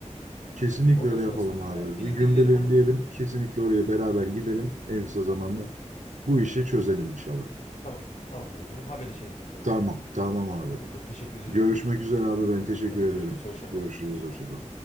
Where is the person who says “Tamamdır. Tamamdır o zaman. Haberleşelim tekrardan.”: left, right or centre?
Left